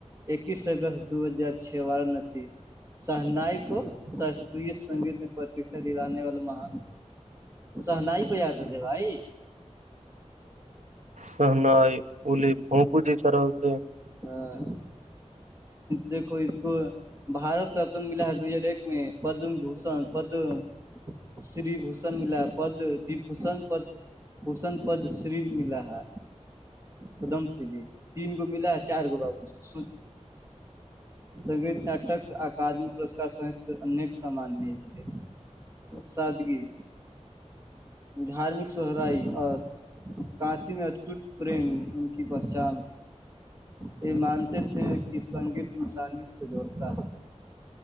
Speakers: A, on the right (about 25°); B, on the right (about 85°).
A: اکیس اگست دو ہزار چھ بارہ ن سے سہنائی کو شری سنگیت پرتیھا ادانے والے مہان سہناائی پ جاتے تھے بھائی
B: سہنائی اولی بھوم پوجے سرا ہوتے
A: ہاں دیکھو اس کو بارت رتن ملا ہے دو ہزار ایک میں پدم بھوشن پدم شری بھوشن ملا پد و بھشن پد حوسن پد شری ملا ہے قدم سے جی تین گو ملا چار گو بابوس سوچو سگیت ناٹک اکدمی پسکار سہت انک سامان نہیںے سادگی دھارمک سہرائی اور کاشی میں اتوٹ پریم ان کی پہچان یہ مانتے تھے کہ سنگیت انسانیت کو جوڑتا ہے